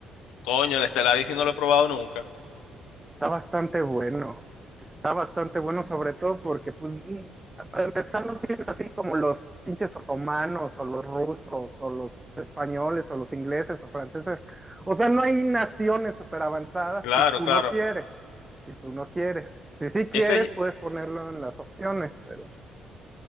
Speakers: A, on the left; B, on the right.
A: Coño, el Stellaris sí no lo he probado nunca.
B: Está bastante bueno. Está bastante bueno, sobre todo porque, pues, mm, para empezar, no tienes así como los pinches otomanos, o los rusos, o los españoles, o los ingleses, o franceses. O sea, no hay naciones súper avanzadas
A: Claro,
B: si tú
A: claro.
B: no quieres. Si tú no quieres. Si sí quieres,
A: Ese,
B: puedes ponerlo en las opciones, pero